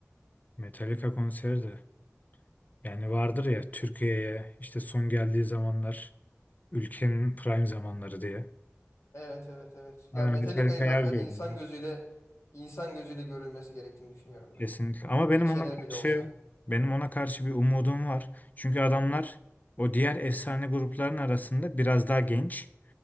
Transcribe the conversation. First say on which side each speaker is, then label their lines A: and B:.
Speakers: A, on the left (about 35°); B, on the left (about 75°).
A: Metallica konseri de. Yani vardır ya Türkiye'ye işte son geldiği zamanlar ülkenin prime zamanları diye.
B: Evet evet evet. Ya
A: Aynen
B: Metallica'yı
A: Metallica
B: kanka
A: yer görünüyor.
B: insan gözüyle insan gözüyle görülmesi gerektiğini düşünüyorum
A: Kesinlikle.
B: ben.
A: Ama benim
B: Bir kere
A: ona karşı
B: bile olsa.
A: benim ona karşı bir umudum var. Çünkü adamlar o diğer efsane grupların arasında biraz daha genç